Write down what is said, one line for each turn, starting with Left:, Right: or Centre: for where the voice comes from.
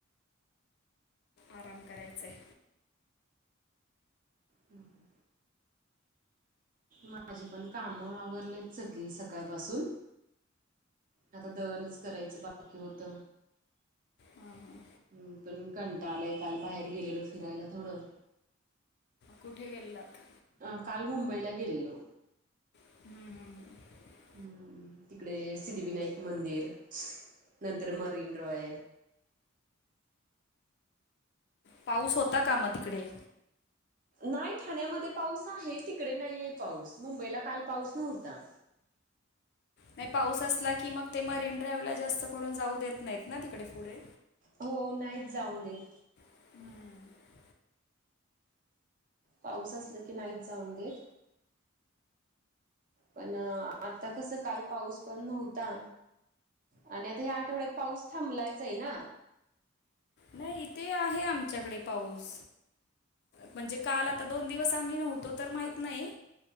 Left: आराम करायचं आहे.
Right: हम हम, माझे पण काम आवरलेत सगळी सकाळपासून. आता दळनच करायचं बाकी होत.
Left: हां हां
Right: ह पण कंटा आलाय काल बाहेर गेलेलो फिरायला थोडं.
Left: कुठे गेल्लात.
Right: अ काल मुंबईला गेलेलो.
Left: हम्म हम्म हम्म.
Right: हम्म तिकडे सिद्धिविनायक मंदिर नंतर मरीन रॉय.
Left: पाऊस होता का मा तिकडे.
Right: नाही ठाण्यामध्ये पाऊस आहे तिकडे नाहीये पाऊस मुंबईला काल पाऊस नव्हता.
Left: नाही पाऊस असला की मग ते मरीन ड्राईव्ह ला जास्त करून जाऊ देत नाहीत ना तिकडे पुढे.
Right: हो नाहीच जाऊन देत.
Left: हम्म.
Right: पाऊस असल की नाहीत जाऊन देत. पण आता कसं काल पाऊस पण नव्हता. आणि आता ह्या आठवड्यात पाऊस थांबलायचा आहे ना.
Left: नाही इथे आहे आमच्याकडे पाऊस म्हणजे काल आ ''--'' आता दोन दिवस आम्ही नव्हतो तर माहत नाही.